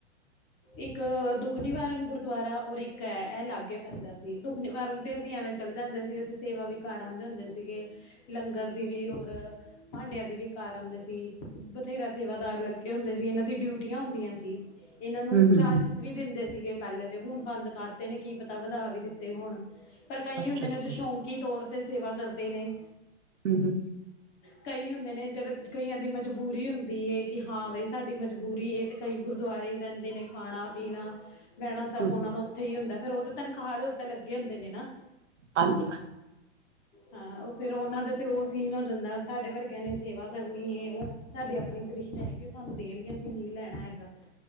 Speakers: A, on the left; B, on the right.
A: ਇੱਕ ਦੁੱਖ ਨਿਵਾਰਨ ਗੁਰਦੁਆਰਾ ਔਰ ਇੱਕ ਹੈ ਇਹ ਲਾਗੇ ਪੈਂਦਾ ਸੀ। ਦੁੱਖ ਨਿਵਾਰਨ ਤੇ ਅਸੀਂ ਐਵੇਂ ਚੱਲ ਜਾਂਦੇ ਸੀ ਅਸੀਂ ਸੇਵਾ ਵੀ ਕਰ ਆਉਂਦੇ ਹੁੰਦੇ ਸੀਗੇ। ਲੰਗਰ ਦੀ ਵੀ ਔਰ ਭਾਂਡਿਆਂ ਦੀ ਵੀ ਕਰ ਆਉਂਦੇ ਸੀ। ਬਥੇਰਾ ਸੇਵਾਦਾਰ ਲੱਗੇ ਹੁੰਦੇ ਸੀ ਇਹਨਾਂ ਦੀ ਡਿਊਟੀਆਂ ਹੁੰਦੀਆਂ ਸੀ। ਏਨਾਂ ਨੂੰ
B: ਹੂੰ, ਹੂੰ,
A: ਚਾਰਜਿਸ
B: ਹੂੰ,
A: ਵੀ ਦਿੰਦੇ ਸੀਗੇ ਪਹਿਲੇ ਤੇ, ਹੁਣ ਬੰਦ ਕਰਤੇ ਨੇ, ਕੀ ਪਤਾ ਵਧਾ ਵੀ ਦਿੱਤੇ ਹੋਣ। ਪਰ ਕਈ
B: ਅੱਛਾ,
A: ਹੁੰਦੇ
B: ਅੱਛਾ,
A: ਨੇ ਜੋ ਸ਼ੌਕੀ ਤੌਰ ਤੇ ਸੇਵਾ ਕਰਦੇ ਨੇ।
B: ਹੂੰ-ਹੂੰ
A: ਕਈ ਹੁੰਦੇ ਨੇ, ਜਰਾ ਕਈਆਂ ਦੀ ਮਜ ਮਜਬੂਰੀ ਹੁੰਦੀ ਹੈ ਕਿ ਹਾਂ ਬਾਈ ਸਾਡੀ ਮਜਬੂਰੀ ਹੈ ਤੇ ਕਈ ਗੁਰਦੁਆਰੇ ਰਹਿੰਦੇ ਨੇ ਖਾਣਾ, ਪੀਣਾ। ਬਹਿਣਾ ਸਭ
B: ਹੂੰ,
A: ਉਹਨਾਂ
B: ਹੂੰ,
A: ਦਾ ਉੱਥੇ ਹੀ ਹੁੰਦਾ ਫਿਰ ਉਹ ਤੇ ਤਨਖਾਹ ਦੇ ਉੱਤੇ ਲੱਗੇ ਹੁੰਦੇ ਨੇ ਨਾ।
B: ਹਾਂਜੀ।
A: ਹਾਂ ਉਹ ਫੇਰ ਉਹਨਾ ਦੇ ਤੇ ਉਹ ਸੀਨ ਹੋ ਜਾਂਦਾ ਸਾਡੇ ਵਰਗਿਆਂ ਨੇ ਸੇਵਾ ਕਰਨੀ ਹੈ ਉਹ। ਸਾਡੇ ਆਪਣੇ ਤ੍ਰਿਸ਼ਨ ਹੈ ਕਿ ਉਹ ਸਾਨੂੰ ਦੇਣਗੇ ਅਸੀਂ ਨਹੀਂ ਲੈਣਾ ਹੈਗਾ।